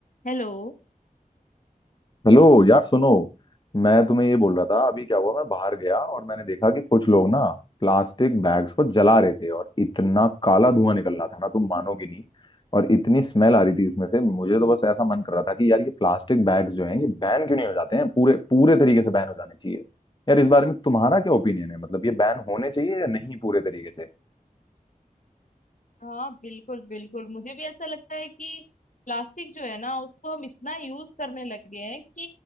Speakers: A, on the left; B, on the left.
A: Hello
B: Hello यार सुनो मैं तुम्हें ये बोल रहा था अभी क्या हुआ मैं बाहर गया और मैंने देखा कि कुछ लोग ना प्लास्टिक बैग्स को जला रहे थे और इतना काला धुआं निकल रहा था ना तुम मानोगे नहीं और इतनी स्मेल आ रही थी उसमें से मुझे तो बस ऐसा मन कर रहा था कि यार ये प्लास्टिक बैग्स जो हैं ये बैन क्यों नहीं हो जाते हैं पूरे पूरे तरीके से बैन हो जाने चाहिए यार इस बारे में तुम्हारा क्या ओपिनियन है मतलब ये बैन होने चाहिए या नहीं पूरे तरीके से
A: हाँ बिल्कुल बिल्कुल मुझे भी ऐसा लगता है कि प्लास्टिक जो है ना उसको हम इतना यूज करने लगे हैं कि